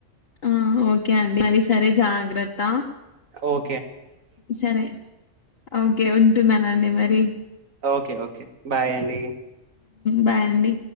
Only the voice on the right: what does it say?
ఓ
ఓకే ఓకే బాయ అండి